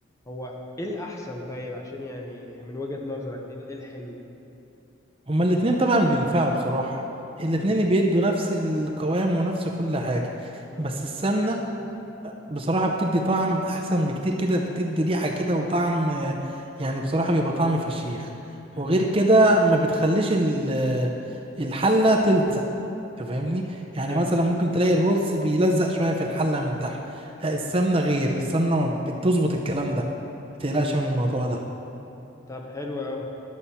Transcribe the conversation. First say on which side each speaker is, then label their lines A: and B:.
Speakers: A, on the left; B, on the right.
A: هو ايه الاحسن طيب عشان يعني من وجهة نظرك ايه ال- ايه الحلو
B: هما الاتنين طبعا بينفعوا بصراحة الاتنين
A: مم.
B: بيدوا نفس القوام ونفس كل حاجة
A: مم.
B: بس السمنة بصراحة بتدي طعم أحسن بكتير كده بتدي ريحة كده وطعم آه، يعني بصراحة بيبقى طعم فشيخ
A: مم.
B: وغير كده ما بتخليش ال- آه، الحلة تلزق تفهمني يعني
A: حلو
B: مثلا ممكن تلاقي الرز بيلزق شوية في الحلة من تحت لا السمنة غير السمنة بتظبط الكلام ده ما تقلقش من الموضوع ده
A: طب حلو اوي